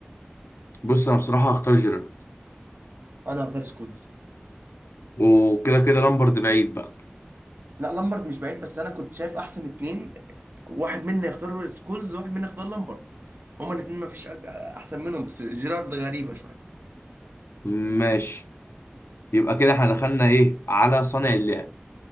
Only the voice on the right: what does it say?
انا هختار سكولز
لا لامبرد مش بعيد بس انا كنت شايف احسن اتنين واحد منا يختار سكولز وواحد منا يختار لامبرد هما الاتنين ما فيش أج- احسن منهم بس جيرارد غريبة شوية